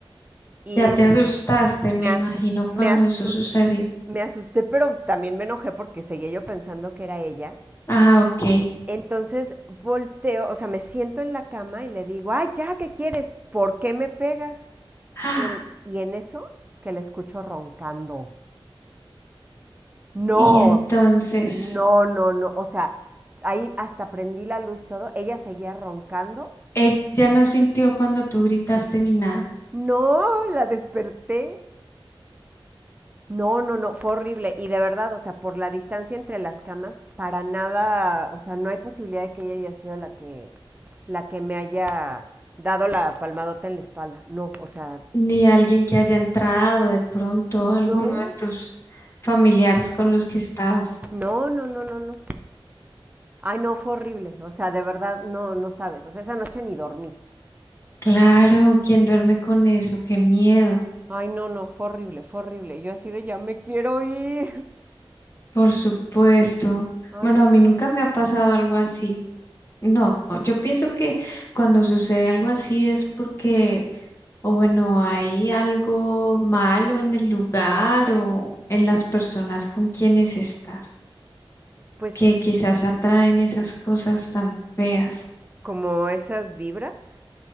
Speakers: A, on the right (about 20°); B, on the left (about 30°).
A: y
B: Ya te asustaste,
A: me,
B: me
A: as-
B: imagino, cuando
A: me, asus-
B: eso sucedió.
A: me asusté, pero también me enojé porque seguía yo pensando que era ella.
B: Ah, ok.
A: Entonces volteo, o sea, me siento en la cama y le digo, ay, ya, ¿qué quieres? ¿Por qué me pegas?
B: Ah,
A: Y en, y en eso que le escucho roncando. No,
B: y entonces,
A: no, no, no. O sea, ahí hasta prendí la luz todo. Ella seguía roncando.
B: ella no sintió cuando tú gritaste ni nada,
A: No, la desperté. No, no, no, fue horrible. Y de verdad, o sea, por la distancia entre las camas, para nada, o sea, no hay posibilidad de que ella haya sido la que, la que me haya dado la palmadota en la espalda. No, o sea,
B: ni alguien que haya entrado de pronto,
A: no,
B: alguno de tus familiares con los que estabas.
A: no, no, no, no, no. Ay, no, fue horrible. O sea, de verdad, no, no sabes. O sea, esa noche ni dormí.
B: Claro, ¿quién duerme con eso? Qué miedo,
A: Ay, no, no, fue horrible, fue horrible. Yo así de ya me quiero ir.
B: por supuesto.
A: Ay,
B: Bueno,
A: no.
B: a mí nunca me ha pasado algo así. No, yo pienso que cuando sucede algo así es porque, o bueno, hay algo malo en el lugar o en las personas con quienes estás,
A: Pues
B: que quizás atraen esas cosas tan feas.
A: como esas vibras.